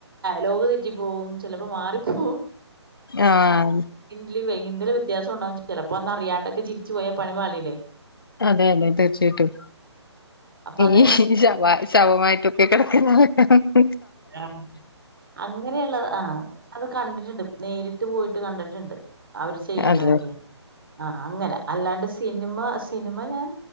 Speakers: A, on the right (about 50°); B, on the left (about 50°).
A: ലോക തെറ്റി പോവും ചിലപ്പോ മാറിപ്പോ
B: ആഹ
A: ന്തല വ്യത്യാസം ഉണ്ടാവും ചിലപ്പോ അന്ന് അറിയാണ്ടൊക്കെ ചിരിച്ചു പോയാ പിപാളില്ലേ
B: അതെ അതെ തീർച്ചയായിട്ടും
A: അപ്പൊ അതങ്ങനെ
B: ഈ ശവ ശവമായിട്ടൊക്കെ കിടക്കുന്ന െ
A: ആ അങ്ങനെയുള്ളത് ആഹ അത് കണ്ടിട്ടുണ്ട് നേരിട്ട് ഇ് പോയിട്ട് കണ്ടിട്ടുണ്ട് അവര് ചെയ്യുന്നതൊക്കെ
B: അതെ
A: ആ അങ്ങനെ അല്ലാണ്ട് സിനിമ സിനിമ ഞാൻ